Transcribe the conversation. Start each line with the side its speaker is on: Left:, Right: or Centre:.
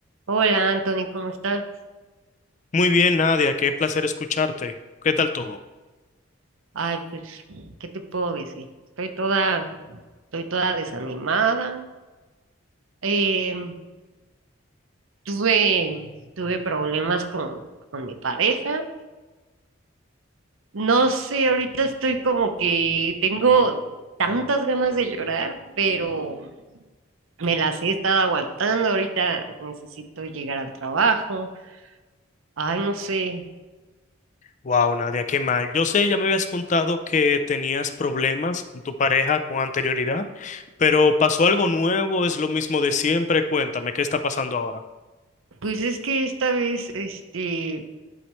Right: Hola Anthony, ¿cómo estás?
Left: Muy bien, Nadia, qué placer escucharte. ¿Qué tal todo?
Right: Ay, pues, ¿qué te puedo decir? Estoy toda, estoy toda desanimada. Eh, tuve, tuve problemas con, con mi pareja. No sé, ahorita estoy como que tengo tantas ganas de llorar, pero me las he estado aguantando. Ahorita necesito llegar al trabajo. Ay, no sé.
Left: Wow, Nadia, qué mal. Yo sé, ya me habías contado que tenías problemas con tu pareja con anterioridad, pero ¿pasó algo nuevo? ¿Es lo mismo de siempre? Cuéntame, ¿qué está pasando ahora?
Right: Pues es que esta vez, este,